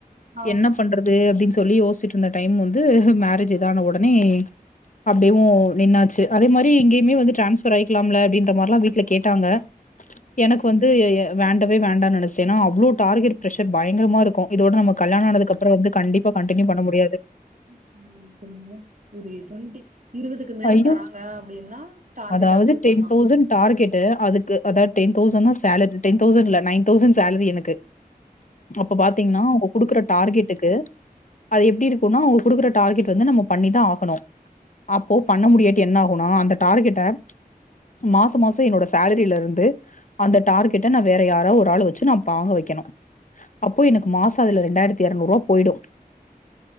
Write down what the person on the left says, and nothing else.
என்னப் பண்றது அப்டின் சொல்லி யோசிட்ருந்த டைம் வந்து மேரேஜ் இதான ஒடனே அப்டியே ஓ நின்னாச்சு அதே மாரி இங்கயுமே வந்து டிரான்ஸ்ஃபர் ஆயிக்லாம்ல அப்டின்ற மார்லா வீட்ல கேட்டாங்க எனக்கு வந்து எ எ வேண்டவே வேண்டான் நெனச்சே எனா அவ்ளோ டார்கெட் ப்ரஷர் பயங்கரமா இருக்கு இதோட நமக் கல்யாணோ ஆனதுக்கப்றோ வந்து கண்டிப்பா கண்டினியூ பண்ண முடியாது
ஐயோ
அதாவது
டென்
தவுசண்ட் டார்கெட்டு அதுக்கு அதாது ten thousand salary ten thousand இல்ல நைன் தௌசண்ட் சேலரி எனக்கு அப்ப பாத்தீங்கன்னா அவங்க குடுக்குற டார்கெட்டுக்கு அது எப்டி இருக்குனா அவங்க குடுக்குற டார்கெட் வந்து நம்ம பண்ணிதா ஆகணு அப்போ பண்ண முடியாட்டி என்ன ஆகுனா அந்த டார்கெட்ட மாசோ மாசசோ என்னோட சேலரில இருந்து அந்த டார்கெட்ட நா வேற யாராவ் ஒரு ஆள் வச்சு நா பாக வக்கணு அப்போ எனக்கு மாசோ அதுல ரெண்டாயிரத்தி இரனூற்வா போய்டு